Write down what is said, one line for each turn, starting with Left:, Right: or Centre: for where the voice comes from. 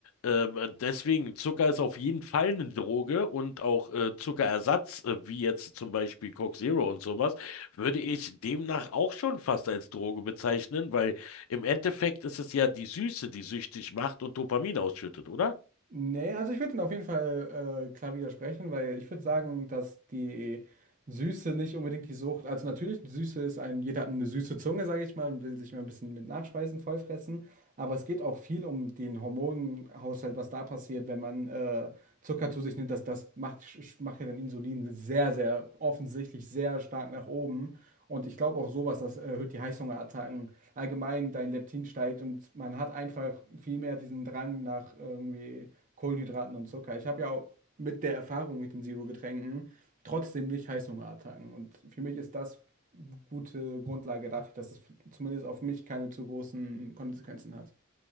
Left: ähm, deswegen, Zucker ist auf jeden Fall eine Droge und auch äh, Zuckerersatz, äh, wie jetzt zum Beispiel Coke Zero und sowas, würde ich demnach auch schon fast als Droge bezeichnen, weil im Endeffekt ist es ja die Süße, die süchtig macht und Dopamin ausschüttet, oder?
Right: Nee, also ich würde ihn auf jeden Fall äh, klar widersprechen, weil ich würde sagen, dass die Süße nicht unbedingt die Sucht, also natürlich, die Süße ist ein, jeder hat eine süße Zunge, sage ich mal, und will sich mal ein bisschen mit Nachspeisen vollfressen, aber es geht auch viel um den Hormonhaushalt, was da passiert, wenn man äh, Zucker zu sich nimmt, das, das macht, sch- macht ja dann Insulin sehr, sehr offensichtlich sehr stark nach oben. Und ich glaube auch sowas, das erhöht die Heißhungerattacken. Allgemein dein Leptin steigt und man hat einfach viel mehr diesen Drang nach irgendwie Kohlenhydraten und Zucker. Ich habe ja auch mit der Erfahrung mit den Zero-Getränken trotzdem nicht Heißhungerattacken. Und für mich ist das eine gute Grundlage dafür, dass es zumindest auf mich keine zu großen Konsequenzen hat.